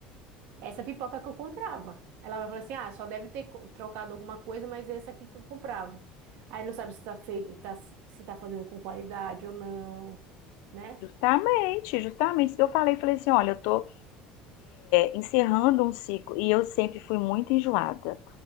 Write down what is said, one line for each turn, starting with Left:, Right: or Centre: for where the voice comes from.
Right: Essa pipoca que eu comprava. Ela vai falar assim: ah, só deve ter co- trocado alguma coisa, mas é essa aqui que eu comprava. Aí não sabe se tá feito, tá- se tá fazendo com qualidade ou não, né?
Left: Justamente, justamente isso que eu falei. Falei assim: olha, eu estou encerrando um ciclo e eu sempre fui muito enjoada.